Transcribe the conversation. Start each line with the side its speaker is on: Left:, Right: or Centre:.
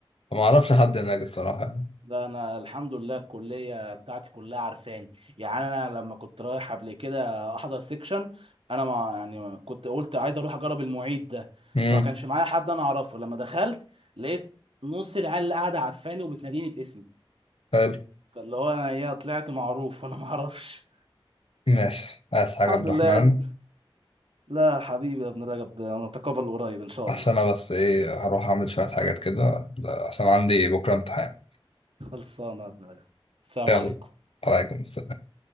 Left: فما أعرفش حد هناك الصراحة يعني
Right: ده انا الحمد لله الكليه بتاعتي كلها عارفاني يعني انا لما كنت رايح قبل كده احضر سيكشن انا ما يعني كنت قلت عايز اروح اجرب المعيد ده
Left: امم
Right: فما كانش معايا حد انا اعرفه لما دخلت لقيت نص العيال اللي قاعده عارفاني وبتناديني باسمي
Left: حلو
Right: فاللي هو انا ايه طلعت معروف وانا <laughs> ما اعرفش
Left: ماشي عايز حاجة
Right: الحمد
Left: عبد
Right: لله
Left: الرحمن
Right: لا حبيبي يا ابن رجب ده نتقابل قريب ان شاء
Left: عشان
Right: الله
Left: أنا بس إيه هروح أعمل شوية حاجات كده لا، عشان عندي بكرة امتحان
Right: خلصانه يا ابن رجب السلام
Left: يلا
Right: عليكم
Left: عليكم السلام